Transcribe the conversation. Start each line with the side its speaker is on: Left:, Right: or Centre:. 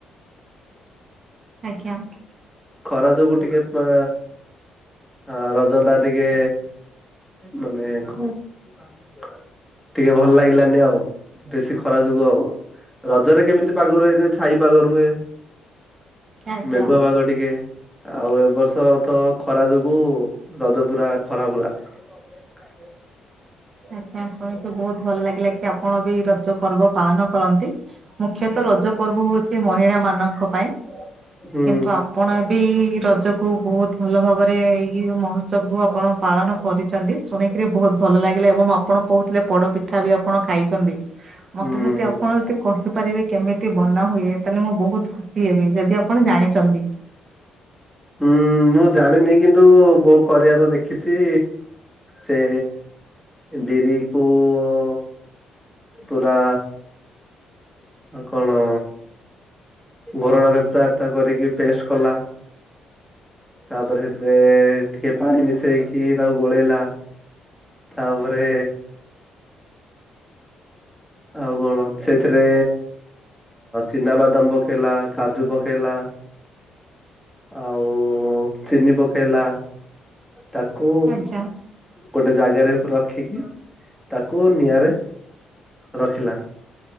Right: ଆଜ୍ଞା ।
Centre: ଖରା ଯୋଗୁ ଟିକେ ପା ଆ ରଜ ଟା ଟିକେ ମାନେ କଣ ଟିକେ ଭଲ ଲାଗିଲାନି ଆଉ ବେଶୀ ଖରା ଯୋଗୁ ଆଉ ରଜରେ କେମିତି ପାଗ ର ହୁଏ ଯେ ଛାଇ ପାଗ ର ହୁଏ
Right: ଆଜ୍ଞା।
Centre: ମେଘୁଆ ପାଗ ଟି ଆଉ ଏ ବର୍ଷ ତ ଖରା ଯୋଗୁ ରଜ ପୁରା ଖରା ପୁରା ।
Right: ଆଜ୍ଞା ଶୁଣିକି ବହୁତ ଭଲ ଲାଗିଲା କି ଆପଣ ବି ରଜ ପର୍ବ ପାଳନ କରନ୍ତି । ମୁଖ୍ୟତଃ ରଜ ପର୍ବ ହଉଚି ମହିଳା ମାନଙ୍କ ପାଇଁ ।
Centre: ହୁଁ
Right: କିନ୍ତୁ ଆପଣ ବି ରଜକୁ ବହୁତ ଭଲ ଭାବରେ ଏଇ ମହୋତ୍ସବ କୁ ଆପଣ ପାଳନ କରିଛନ୍ତି ସୁ ଶୁଣିକିରି ବହୁତ ଭଲ ଲାଗିଲା ଏବଂ ଆପଣ କହୁଥିଲେ ପୋଡପିଠା ବି ଆପଣ ଖାଇଛନ୍ତି । ମତେ
Centre: ହୁଁ
Right: ଯଦି ଆପଣ ଯଦି କହେ କି ପାରିବି କେମିତି ବନା ହୁଏ ତାହେଲେ ମୁଁ ବହୁତ ଖୁସି ହେବି ଯଦି ଆପଣ ଜାଣିଛନ୍ତି ।
Centre: ହୁଁ ମୁଁ ଜାଣିନି କିନ୍ତୁ ବୋଉ କରିବାର ଦେଖ କିଛି ସେ ବିରି କୁ ଉ ପୁରା କଣ ଘୋରଣାରେ ପୁରାତା କରିକି ପେଷ୍ଟ କଲା ତାପରେ ସେଥିରେ ଟିକେ ପାଣି ମିଶେଇକି ତାକୁ ଗୋଳେଇଲା ତାପରେ ଆଉ କଣ ସେଥିରେ ଚିନାବାଦାମ ପକେଇଲା କାଜୁ ପକେଇଲା ଆଉ ଚିନି ପକେଇଲା ତାକୁ
Right: ଆଜ୍ଞା
Centre: ଗୋଟେ ଜାଗାରେ ୟାକୁ ରଖିକି ତାକୁ କୁ ନିଆଁରେ ରଖିଲା